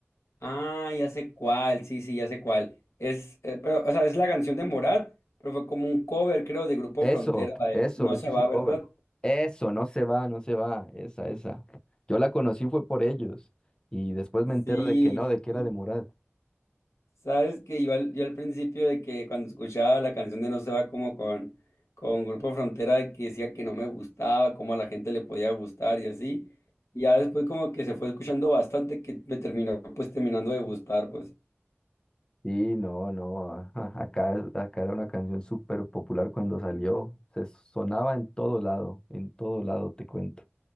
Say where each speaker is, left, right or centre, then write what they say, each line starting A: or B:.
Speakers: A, on the left; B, on the left.
A: Ah, ya sé cuál, sí, sí, ya sé cuál. Es, eh, pero, o sea, es la canción de Morat, pero fue como un cover, creo, de Grupo
B: Eso,
A: Frontera, la de
B: eso,
A: No
B: eso
A: se
B: es
A: va,
B: un
A: ¿verdad?
B: cover. Eso, no se va, no se va, esa, esa. Yo la conocí fue por ellos y después me entero
A: Sí.
B: de que no, de que era
A: <laughs>
B: de Morat.
A: Sabes que yo al, yo al principio de que cuando escuchaba la canción de No se va como con, con Grupo Frontera que decía que no me gustaba, cómo a la gente le podía gustar y así. Y ya después como que se fue escuchando bastante que me terminó pues terminando de gustar, pues.
B: Sí, no, no, ajá, acá, acá era una canción súper popular cuando salió, se sonaba en todo lado, en todo lado, te cuento.